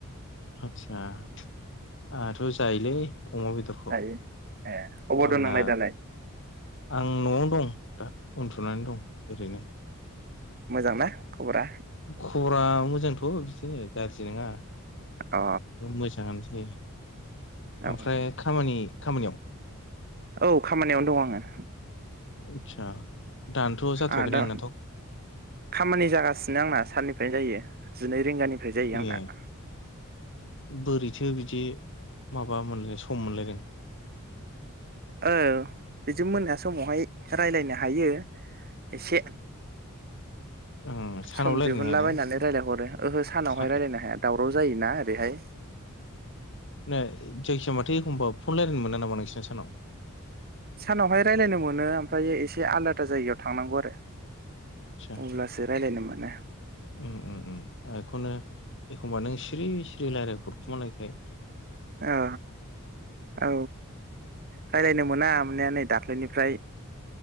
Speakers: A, on the left (about 60°); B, on the right (about 45°).
A: आदसा आहाथ जायो बे अमा बेदरखो
B: जायो ए अबाव
A: आंना
B: दं नोंलाय दालाय
A: आं न'आवनो दं दा उन्दोनानै दं ओरैनो
B: मोजांना खबरा?
A: खबरा मोजांथ बिदिनो गाज्रि नङा
B: अ
A: मोजाङानो जायो
B: औ
A: ओमफ्राय खामानि खामानियाव
B: औ खामानियावनो दं आङो
A: आदसा दानोथ' जाथ'वाखै
B: आदा
A: नोंनाथ'
B: खामानि जागासिनो आंना साननि फ्राय जायोै जिनै रिंगानि फ्राय जायो
A: ए
B: आंना
A: बोरैथो बिदि माबा मोनलायनो सम मोनलायदों
B: औ बिदि मोना समावहाय रायलायनो हायो एसे
A: ओं सानाव
B: सम
A: रायलायनो
B: दिहुनलाबायायनानै
A: हायाना
B: रायलायहरो ओहो सानावहाय
A: सान
B: रायलायनो हाया दाव राव जायोना ओरैहाय
A: नो जायसमाथाय एखमबा फन रायलायनो मोना नामा नोंसिना सानाव
B: सानावहाय रायलायनो मोनो ओमफ्राय एसे आलादा जायगायाव थांनांगौ आरो
A: आदसा
B: अब्लासो रायज्लायनोमोन नो
A: उम उम उम एखौनो एखमबा नों सिरि सिरि रायलाय हरखुमानायखाय
B: ओ औ रायलायनो मोना मोननाया नै दाख्लैनिफ्राय